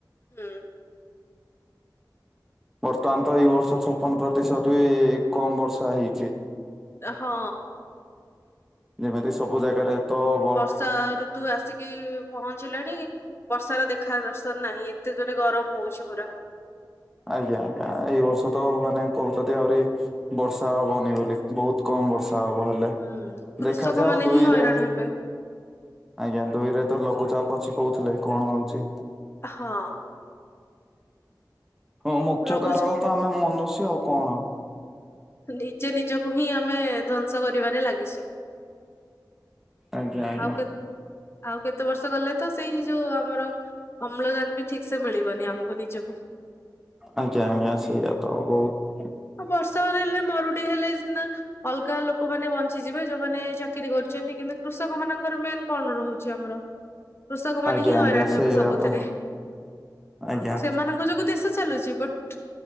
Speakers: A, on the left (about 35°); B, in the centre.
A: ହୁଁ।
B: ବର୍ତ୍ତମାନ ତ ଏଇ ବର୍ଷ ଛପନ ପ୍ରତିଶତ ବି କମ ବର୍ଷା ହେଇଛି।
A: ହଁ।
B: ଯେମିତି ସବୁ ଜାଗାରେ ତ ବ
A: ଷା ଋତୁ ଆସିକି ପହଞ୍ଚିଲାଣି। ବର୍ଷାର ଦେଖା ଦର୍ଶନ ନାହିଁଲ ଏତେ ଜୋରେ ଗରମ ହଉଛି ପୁରା।
B: ଆଜ୍ଞା ଆଜ୍ଞା। ଏଇ ବର୍ଷ ତ ମାନେ କହୁଛନ୍ତି ଆହୁରି ବର୍ଷା ହବନି ବୋଲି ବୋହୁତ କମ ବର୍ଷା ହବ ହେଲେ।
A: ହୁଁ କୃଷକ
B: ଦେଖାଯାଉ
A: ମାନେ
B: ଦୁଇରେ
A: ହିଁ ହଇରାଣ ହେବେ
B: ଆଜ୍ଞା। ଦୁଇରେ ତ ଲଘୁଚାପ ଅଛି କହୁଥିଲେ କଣ ହଉଛି?
A: ହଁ।
B: ହଁ ମୁଖ୍ୟ
A: ଲଘୁଚାପ
B: କାରଣ ତ ଆମେ ମନୁଷ୍ୟ ଆଉ କଣ?
A: ନିଜେ ନିଜକୁ ହିଁ ଆମେ ଧ୍ୱଂସ କରିବାରେ ଲାଗିଛେ।
B: ଆଜ୍ଞା ଆଜ୍ଞା।
A: ଆଉ କେ ଆଉ କେତେ ବର୍ଷ ଗଲେ ତ ସେଇ ଯୋଉ ଆମର ଅମ୍ଳଜାନ ବି ଠିକ୍ ସେ ମିଳିବନି ଆମକୁ ନିଜକୁ।
B: ଆଜ୍ଞା ଆଜ୍ଞା। ସେଇଆ ତ ବୋହୁତ
A: ଆଉ ବର୍ଷା ହେଲେ ମରୁଡି ହେଲେ ସିନା ଅଲଗା ଲୋକମାନେ ବଞ୍ଚିଯିବେ ଯୋଉମାନେ ଚାକିରି କରିୁଛନ୍ତି। କିନ୍ତୁ କୃଷକ ମାନଙ୍କର ମେନ୍ କଣ ରହୁଛି ଆମର କୃଷକ ମାନେ
B: ଆଜ୍ଞା
A: ହିଁ ହଇରାଣ
B: ଆଜ୍ଞା ସେଇଆ
A: ହେବେ ସବୁଥିରେ।
B: ତ ଆଜ୍ଞା
A: ସେମାନଙ୍କ ଯୋଗୁ ଦେଶ ଚାଲୁଛି ବଟ